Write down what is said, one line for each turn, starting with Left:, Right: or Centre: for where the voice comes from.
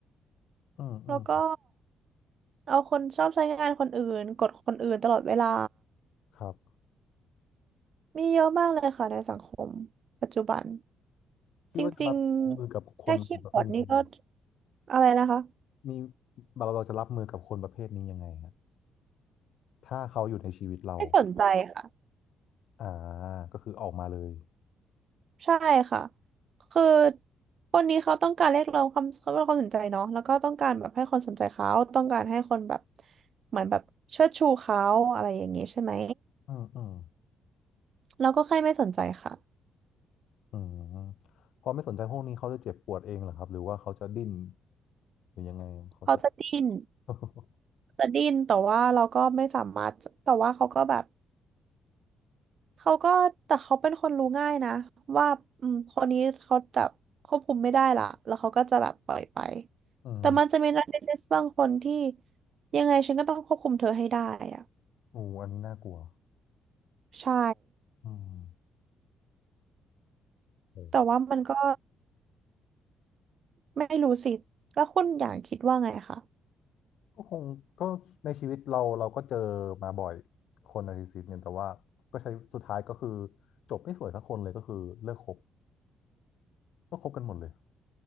Left: อืมอืม
Right: แล้วก็เอาคนชอบใช้งานคนอื่นกดคนอื่นตลอดเวลา
Left: ครับ
Right: มีเยอะมากเลยค่ะในสังคมปัจจุบัน
Left: คิดว่าจะรับมือกับคนประเภทนี้ยังไง
Right: จริงๆแค่คีย์บอร์ดนี่ก็อะไรนะคะ
Left: มีเราเราจะรับมือกับคนประเภทนี้ยังไงฮะถ้าเขาอยู่ในชีวิตเรา
Right: ไม่สนใจค่ะ
Left: อ่าก็คือออกมาเลย
Right: ใช่ค่ะคือคนนี้เขาต้องการเรียกร้องความเขาเรียกร้องความสนใจเนาะแล้วก็ต้องการแบบให้คนสนใจเขาต้องการให้คนแบบเหมือนแบบเชิดชูเขาอะไรอย่างนี้ใช่ไหม
Left: อืมอืม
Right: เราก็แค่ไม่สนใจค่ะ
Left: อืมพอไม่สนใจพวกนี้เขาจะเจ็บปวดเองเหรอครับหรือว่าเขาจะดิ้นหรือยังไงเขาจะ
Right: เขาจะดิ้น
Left: <laughs>
Right: จะดิ้นแต่ว่าเราก็ไม่สามารถแต่ว่าเขาก็แบบเขาก็แต่เขาเป็นคนรู้ง่ายนะว่าอืมคนนี้เขาแบบควบคุมไม่ได้ละแล้วเขาก็จะแบบปล่อยไป
Left: อืม
Right: แต่มันจะมีนักเทนนิสบางคนที่ยังไงฉันก็ต้องควบคุมเธอให้ได้อะ
Left: โอ้อันนี้น่ากลัว
Right: ใช่
Left: อืมโอ้
Right: แต่ว่ามันก็ไม่รู้สิ แล้วคุณอย่างคิดว่าไงคะ
Left: ก็คงก็ในชีวิตเราเราก็เจอมาบ่อยคนนาร์ซิสซิสต์เนี่ยแต่ว่าก็ใช้สุดท้ายก็คือจบไม่สวยสักคนเลยก็คือเลิกคบก็คบกันหมดเลย